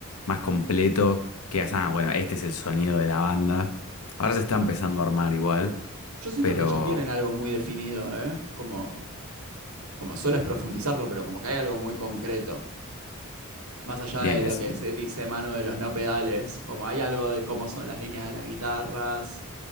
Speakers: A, on the left (about 80°); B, on the right (about 70°).
A: más completo, que digas, ah, bueno, este es el sonido de la banda. Ahora se está empezando a armar igual,
B: Yo siento
A: pero
B: que ya tienen algo muy definido, ¿eh? Como, como solo es profundizarlo, pero como que hay algo muy concreto. Más allá
A: bien,
B: de
A: es...
B: lo que se dice Manu de los no pedales, como hay algo de cómo son las líneas de las guitarras,